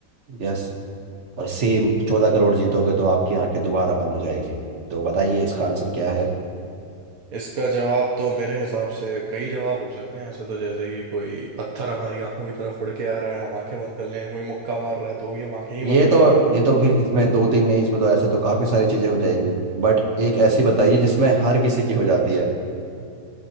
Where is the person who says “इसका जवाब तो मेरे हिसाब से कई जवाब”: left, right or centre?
Right